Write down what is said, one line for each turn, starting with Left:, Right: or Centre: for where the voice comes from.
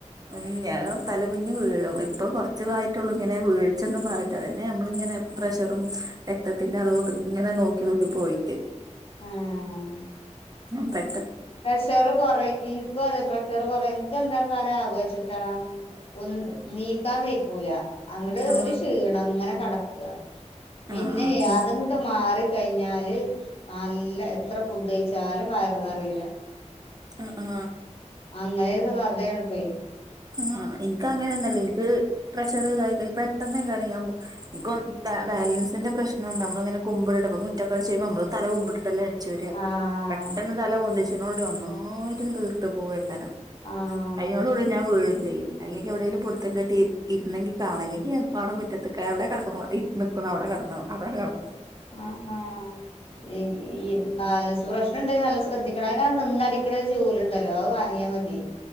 Right: ഉം ഞാൻ തലമുന്നി വീഴും ഇപ്പൊ കൊറച്ചുതായിട്ടൊള്ളു ഇങ്ങനെ വീ ഴ്ച്ചൊന്ന് മാറിയിട്ട് അതന്നെ ഞമ്മള് ഇങ്ങനെ പ്രഷറും രക്തത്തിന്റെ അളവൊക്കെ ഇങ്ങനെ നോക്കി നോക്കി പോയിട്ട്
Left: ആഹ്
Right: ഞാൻ പെ
Left: പ്രഷർ കൊറയ് ഇന്ക്കും അതെ പ്രഷർ കൊറയ ഇന്കെന്താകാര ആവോ ന്ന്ട്ടാ ഒന്ന് നീക്കാൻ വയ്ക്കൂല അങ്ങട്ട്
Right: ആ
Left: ഒര്ക്ഷീണം ങ്ങനെ കെട ക്ക. പിന്നെ
Right: ആ
Left: അത്ങ്ങട്ട് മാറിക്കഴിഞ്ഞാല് നല്ല എത്ര ഫുഡ്ഡയിച്ചാലും വയറ് നറീല
Right: അ ആ
Left: അങ്ങനെതു കഥേണ് പ്പെ
Right: ആ ഇൻകങ്ങനൊന്നല്ല ഇൻക് പ്രഷറ്തായികയ് പെട്ടെന്നെയ്കാര ഞാൻ വിക ഇൻക് വ ബാലൻസിന്റെ പ്രശ്നുണ്ട്. അപ്പങ്ങനെ കുമ്പ്ട് ടു മുറ്റക്കടിച്ചര്മ്പം നമ്മള് തല കുമ്പിട്ട്ട്ടല്ലെ അടി ചൊരാ.
Left: ആഹ്
Right: പെട്ടെന്ന് തല പൊന്തിച്ചിനോണ്ട് ഒന്നായിറ്റ്ങ്ങട്ട് ഇരിട്ട് പോവേക്കാരം
Left: ആഹ്
Right: അതിനോടുകൂടി ഞാൻ വീഴും ചെയ്യും. അല്ലെങ്കി എവിടേലും പുട്ത്തം കിട്ടി ഇര്ന്നെങ്കി കാണാ. ഇല്ലങ്കി ഞൻപ്പവ്ടെ മുറ്റത്ത്ക്കെ എവടെ കെടക്ണോ ഇര് നിക്ക്‌ണോ അവ്ടെ കെടന്നു അവിടാണ്ട് കെട
Left: ആ ആ ഇ ഈ ബാലൻസ് പ്രശ് നണ്ട് നല്ലം ശ്രദ്ധിക്കണം. അയിനാ ആ നിന്നടിക്കണ ഒരു ചൂല്ണ്ടല്ലോ അഹ് വാങ്ങിയാമതി.